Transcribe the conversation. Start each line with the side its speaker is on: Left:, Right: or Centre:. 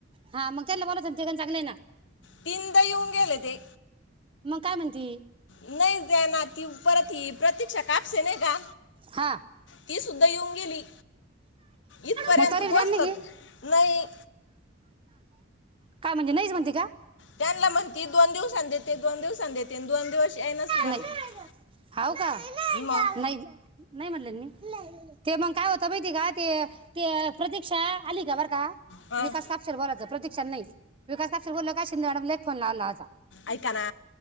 Right: हा मग त्यांना बोलायचं ते पण चांगलंय ना.
Left: तीनदा येऊन गेलेत ते
Right: मग काय म्हणते.
Left: नाही दे ना ती परत ह प्रतीक्षा कापसे नाही का
Right: हा
Left: ती सुद्धा येऊन गेली. इथपर्यंत
Right: मग तरी
Left: पोहोचलं
Right: जा ग
Left: नाही
Right: काय म्हणजे नाही म्हणजे. ती का.
Left: त्यांना म्हणती दोन दिवसां देते. दोन दिवसांनी देते आणि दोन दिवस येईनच अजून
Right: नाही हव का
Left: मग
Right: नाही नाही म्हणले मी. ते मग काय होत माहिती का ते ते प्रतीक्षा आली का बर का.
Left: हं,
Right: विकास कापशेला बोलायचं प्रतीक्षा नाही विकास कापशेला बोललं कि शिेदे मॅडमला फोन लावला.
Left: ऐकाना